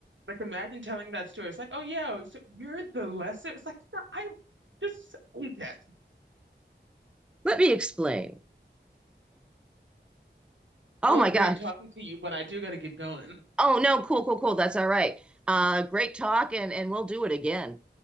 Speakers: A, on the right; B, in the centre.
A: like imagine telling that story. It's like, "Oh yeah, so you're the lesser." It's like, "No, I'm just Ajax."
B: Let me explain. Oh
A: It was
B: my
A: great
B: gosh.
A: talking to you, but I do gotta get going.
B: Oh no, cool, cool, cool. That's all right. Uh great talk and and we'll do it again.